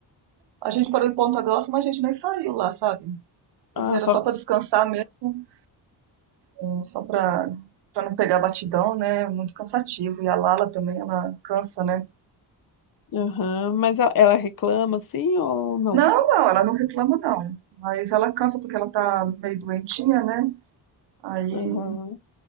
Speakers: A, on the right; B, on the left.
A: a gente parou em Ponta Grossa, mas a gente nem saiu lá, sabe? Porque
B: Ah,
A: era
B: só.
A: só pra descansar mesmo, eh, só pra para não pegar batidão, né? Muito cansativo. E a Lala também, ela cansa, né?
B: Aham, Mas ela, ela reclama assim ou não?
A: Não, não, ela não reclama não, mas ela cansa porque ela tá meio doentinha, né? Aí
B: Aham.